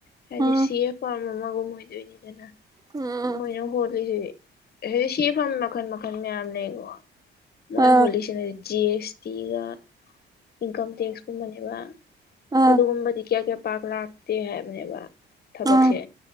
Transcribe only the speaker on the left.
ꯍꯥꯏꯗꯤ
ꯁꯤ ꯑꯦ ꯄꯔꯝꯃꯥꯒꯨꯝ ꯃꯣꯏ ꯑꯗꯨꯗꯣꯏꯅꯤꯗꯅ
ꯃꯣꯏꯅ ꯍꯣꯜꯂꯤꯖꯤꯗꯤ ꯁꯤꯐꯝ ꯃꯈꯜ ꯃꯈꯜ ꯃꯌꯥꯝ ꯂꯩꯀꯣ ꯃꯣꯏ
ꯍꯣꯜꯂꯤꯁꯤꯅ ꯖꯤ ꯑꯦꯁ ꯇꯤꯒ ꯏꯟꯀꯝ ꯇꯦꯛꯁꯀꯨꯝꯕꯅꯦꯕ
ꯑꯗꯨꯒꯨꯝꯕꯗꯤ ꯀꯌꯥ ꯀꯌꯥ ꯄꯥꯛ ꯂꯥꯛꯇꯦ ꯍꯥꯏꯕꯅꯦꯕ ꯊꯕꯛꯁꯦ